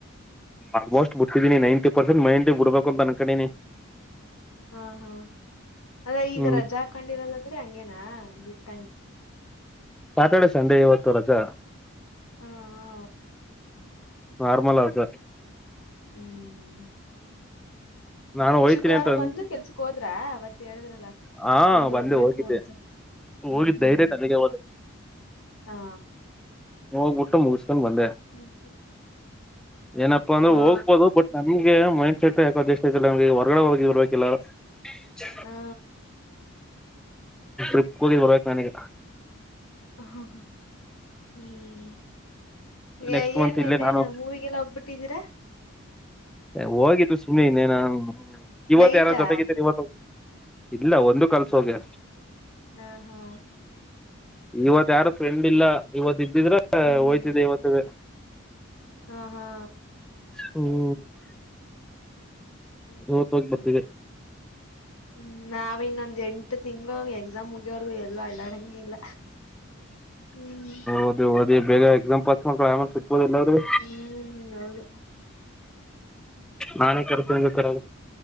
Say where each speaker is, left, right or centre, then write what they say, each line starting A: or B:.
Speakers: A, in the centre; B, on the left (about 85°).
A: ಆಲ್ಮೋಸ್ಟ್ ಬಿಡ್ತಿದೀನಿ ನೈಂಟಿ ಪರ್ಸೆಂಟ್ ಮೈಂಟಿ ಬಿಡ್ಬೇಕು ಅಂತ ಅಂದನ್ ಕಡನಿ
B: ಹಾ ಹಾ ಅದ ಈಗ
A: ಹ್ಮ್
B: ರಜಾ ಹಾಕೊಂಡಿರೋದಂದ್ರೆ ಹಂಗೇನಾ ಬಿಟ್ಟ
A: ಸ್ಯಾಟರ್ಡೆ ಸಂಡೇ ಇವತ್ತು ರಜಾ
B: ಹಾ ಹಾ
A: ನಾರ್ಮಲ್ ಆದು
B: ಹ್ಮ್
A: ನಾನು ಹೋಯ್ತೀನಿ
B: ಶುಕ್ರವಾರ
A: ಅಂತ ಅಂದ್
B: ಬಂದು ಕೆಲ್ಸಕ್ ಹೋದ್ರ ಅವತ್ತ ಹೇಳಿದ್ರಲ್ಲ
A: ಹಾ
B: ಬಂದುಗ
A: ಬಂದೆ ಹೋಗಿದ್ದೆ
B: ಕನ್ಸ ಹ್ಮ್
A: ಹೋಗಿದ್ದ
B: ಹ್ಮ್
A: ಡೈರೆಕ್ಟ್ ಅಲ್ಲಿಗೆ ಹೋದೆ
B: ಹಾ
A: ಹ್ ಊಟ್ಟು ಮುಗಿಸಕೊಂಡು ಬಂದೆ
B: ಹ್ಮ್
A: ಏನಪ್ಪಾ ಅಂದ್ರೆ
B: ಹಾ
A: ಹೋಗ್ಬೋದು ಬಟ್ ನಮ್ಗೆ ಮೈಂಡ್ ಸೆಟ್ ಯಾಕೆ ಅಡ್ಜಸ್ಟ್ ಐತಿಲ್ಲ ನಮ್ಗೆ ಹೊರ್ಗಡೆ ಹೋಗಿ ಇರ್ಬೇಕಲ್ಲ ಚ
B: ಹಾ
A: ಿಪ್ ಕೂುದ ಬರ್ಬೇಕ ನನಗೆ
B: ಹ ಹಾ ಹ ಹ್ಮ್
A: ನೆಕ್ಸ್ಟ್ ಮಂತ್ ಇಲ್ಲೇ
B: ಏನ್ನೆೆ
A: ನಾನು
B: ಮೂವಿಗೆಲ್ಲ ಹೋಗ್ಬಿಟ್ಟಿದ್ದೀರಾ
A: ಹೋಗಿದಲು ಸುಮ್ಮಿ ಇನ್ನ ನ ಇವತ್ತು
B: ನೈಟಾ
A: ಯಾರ ಜೊತೆಗಿದ್ದೇನೆ ಇವತ್ತು ಇಲ್ಲ ಒಂದು ಕಲ್ಸ ಹೋಗ್ಯ
B: ಹಾ ಹಾ
A: ಇವತ್ ಯಾರು ಫ್ರೆಂಡ್ ಇಲ್ಲ ಇವತ್ ಇದ್ದಿದ್ರೆ
B: ಹ್ಮ್
A: ಹೋಯ್ತಿದ್ದ ಇವತ್ತುೇ
B: ಹಾ ಹಾ
A: ಹ್ಮ
B: ಹ್ಮ್
A: ಹೋ ತ ಬರ್ತ
B: ಹ್ಮ್ ನಾವ ಇನ್ನೊಂದ್ ಎಂಟು ತಿಂಗ್ಳ ಎಕ್ಸಾಮ್ ಮುಗಿಯವರ್ಗೂ ಎಲ್ಲೂ ಅಡಣಂಗ ಇಲ್ಲ ಹ್ಮ್
A: ಓದಿ ಓದಿ ಬೇಗ ಎಕ್ಸಾಮ್ ಸಿಗ್ಬೋದು ಎಲ್ಲಾದ್ರೂ
B: ಹ್ಮ್ ಅೌದು
A: ನಾಾನೇ ಕರ್ತ ಕರ